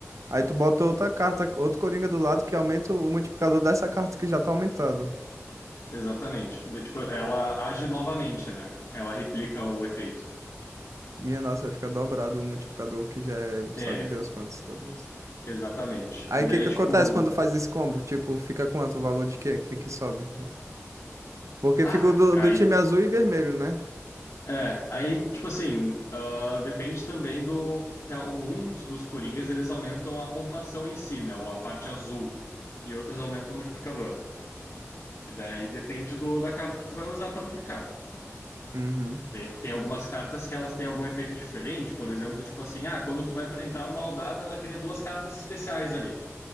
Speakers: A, on the right; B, on the left.
A: aí tu bota outra carta, outro coringa do lado que aumenta o multiplicador dessa carta que já tá aumentado.
B: Exatamente. De- tipo, ela age novamente, né? Ela replica o efeito.
A: Minha nossa, vai ficar dobrado o multiplicador que já é, sabe
B: É,
A: Deus quantos dobras.
B: exatamente.
A: Aí
B: E daí,
A: o que que
B: tipo.
A: acontece quando faz esse combo? Tipo, fica quanto o valor de quê? O que que sobe? Porque
B: Ah,
A: ficou do,
B: aí
A: do time azul e vermelho, né?
B: É, aí, tipo assim, ah, depende também do. tem Alguns dos Coringas eles aumentam a pontuação em si, né? Ou a parte azul. E outras aumentam o multiplicador. E daí depende do, da carta que tu vai usar pra duplicar.
A: Uhum.
B: Tem, tem algumas cartas que elas têm algum efeito diferente, por exemplo, tipo assim, ah, quando tu vai pra- entrar numa rodada, ela cria duas cartas especiais ali.